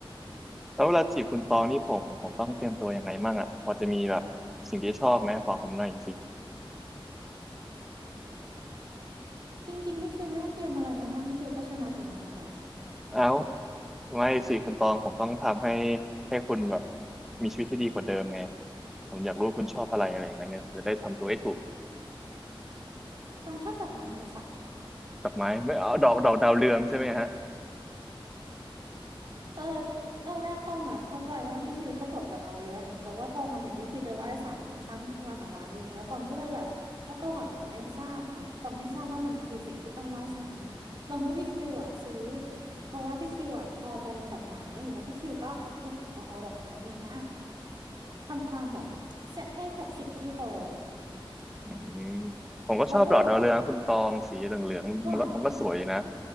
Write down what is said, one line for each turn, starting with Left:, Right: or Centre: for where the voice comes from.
Centre: แล้วเวลาจีบคุณตองนี่ผมผมต้องเตรียมตัวยังไงมั่งอ่ะพอจะมีแบบสิ่งที่ชอบไหมบอกผมหน่อยสิ
Right: จริงๆพี่คิวไม่ต้องเตรียมอะไรมามากพี่คิวก็ชนะอยู่แล้วนะคะ
Centre: เอ้าไม่สิคุณตองผมต้องทำให้ให้คุณแบบมีชีวิตที่ดีกว่าเดิมไงผมอยากรู้ว่าคุณชอบอะไรอะไรอย่างเงี้ยเนี่ยผมจะได้ทำตัวให้ถูก
Right: ตองชอบดอกไม้ค่ะ
Centre: ดอกไม้ไม่เอาดอกดอกดาวเรืองใช่ไหมฮะ
Right: เออตอนแรกตองอ่ะเข้าใจว่าพี่คิวชอบดอกดาวเรืองเพราะว่าตองอ่ะเห็นพี่คิวไปไหว้ศาลข้างๆที่มหาลัยแล้วตองก็เลยแบบแล้วตองอ่ะไม่ทราบค่ะตองไม่ทราบว่ามันคือสิ่งที่ต้องไหว้ศาลตองนึกว่าพี่คิวอ่ะซื้อเพราะว่าพี่คิวอ่ะพอใจในดอกไม้แล้วพี่คิวก็อยากจะเอาดอกไม้เนี้ยทำความแบบเสียให้กับสิ่งที่เคารพ
Centre: อืมผมก็ชอบดอกดาวเรืองนะคุณตองสีเหลืองๆมันก็มันก็สวยดีนะ
Right: แล้วก็แบบหรอคะ